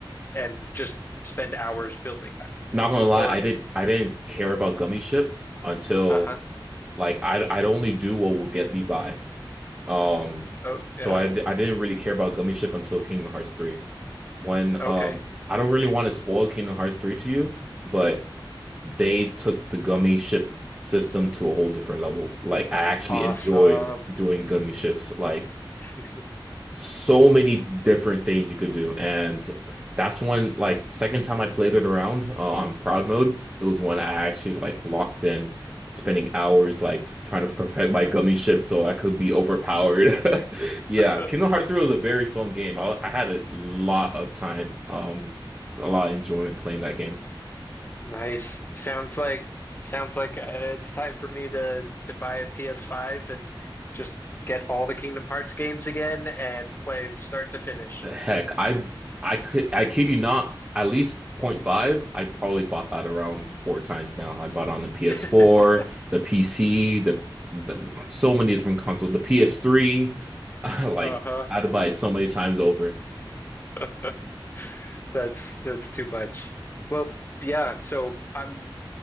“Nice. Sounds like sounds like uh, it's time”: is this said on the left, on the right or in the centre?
Left